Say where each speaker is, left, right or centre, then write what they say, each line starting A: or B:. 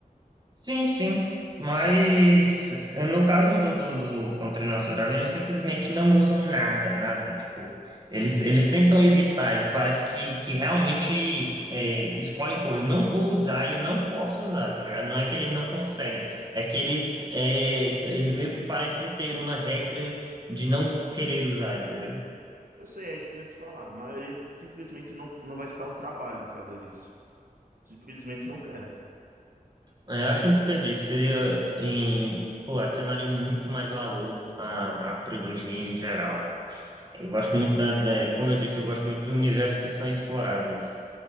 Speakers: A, on the right; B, on the right.
A: Sim, sim. Mas eh, no caso do, do, do Contra o Nosso Dragão, eles simplesmente não usam nada, nada. Tipo, eles, eles tentam evitar, eles parece que, que realmente eh, escolhem, pô, eu não vou usar e eu não posso usar, tá ligado? Não é que eles não conseguem, é que eles, eh, eles meio que parecem ter uma regra de não querer usar, entendeu?
B: Eu sei, é isso que eu ia te falar. A maioria simplesmente não, não vai se dar o trabalho de fazer isso. Simplesmente não quer.
A: É, Eu acho um desperdício. Seria em, pô, adicionaria muito mais valor à, à trilogia em geral. Eu gosto muito da, da- como eu disse, eu gosto muito de universos que são exploráveis.